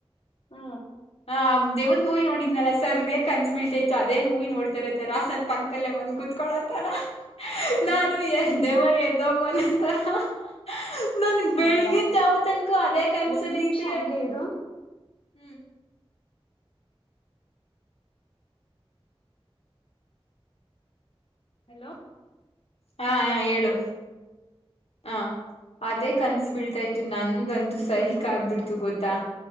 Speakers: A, on the left; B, on the left.
A: ಹೂ
B: ಹ ದೇವ್ ಮೂವಿ ನೋಡಿದ್ನಲ್ಲ ಸರಿಯಾಗಿ ಕಳಿಸ್ಬಿಳ್ತಾ ಇತ್ತು ಅದೇ ಮೂವಿ ನೋಡ್ತಾರ ತರ ಸತೋ ಪಕ್ಲ್ಲೇ ಬಂದ್
A: ಹ್ಮ್
B: ಕೂತ್ಕೊಲೊಥರ
A: ಆಮೇಲೆ
B: ನಾನು ಏನ್ ದೇವ ಏನ್ ಪಂತ <unintelligible> ನನಗೆ ಬೆಳಗಿನ
A: ಹೌದಾ
B: ಜಾವನ್ ತನಕ ಅದೇ ಕನಸಲಿದೆ
A: ಒಂದ್ ನಿಮಿಷ ಹಂಗೆ ಇರು
B: ಹೂ
A: ಹಲೋ
B: ಹಾ ಹ ಹೇಳು ಹ ಅದೇ ಕನಸು ಬಿಳ್ತ ಇತು ನನ್ಗಂತೂ ಸೈಕ್ ಆಾಗಬಿಡ್ತು ಗೊತ್ತಾ